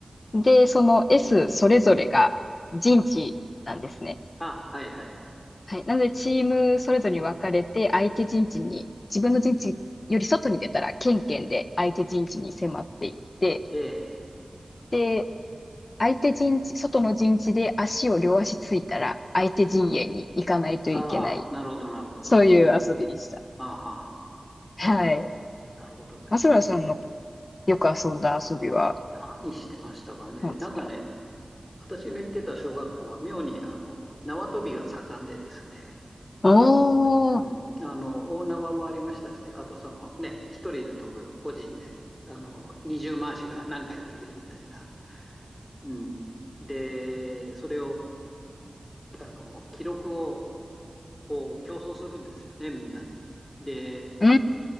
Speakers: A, on the left; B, on the left.
A: で、その S それぞれが陣地なんですね。
B: あ、はいはい。
A: はい。なので、チームそれぞれに分かれて、相手陣地に、自分の陣地より外に出たら、ケンケンで相手陣地に迫っていって、
B: ええ。
A: で、相手陣地、外の陣地で足を両足ついたら、相手陣営に行かないといけない。
B: ああ、なるほど、なるほど。
A: そういう遊びでした。
B: うんうん。ああ、はあはあ。
A: はい。
B: なるほどですね。
A: 松村さんのよく遊んだ遊びは
B: 何してましたかね。
A: 何ですか
B: なんかね、私の行ってた小学校は妙にあの縄跳びが盛んでですね、
A: お
B: うん、
A: ー、
B: あの大縄もありましたし、あとそのね、一人で飛ぶ個人で、あの二重回しが何回できるみたいな。うん、で、それをあの記録をこう競争するんですよね、みんなで。で、
A: うー